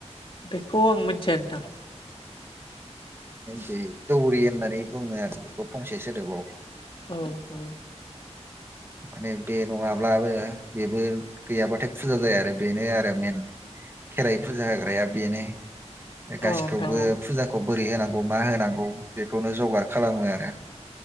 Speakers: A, on the left (about 45°); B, on the right (about 20°).
A: बेखौ आं मिथिया नोंथां
B: दे दौरि होननानै बुङो आरो बेखौ फंसे सोदोबाव
A: औ औ
B: माने बे नङाब्लाबो बेबो गैयाब्लाथाय फुजा जाया आरो बेनो आरो मेेन खेराइ फुजा होग्राया बेनो गासिखौबो
A: औ नोंथां औ
B: फुजाखौ बोरै होनांगौ मा होनांगौ बेखौनो जगार खालामो आरो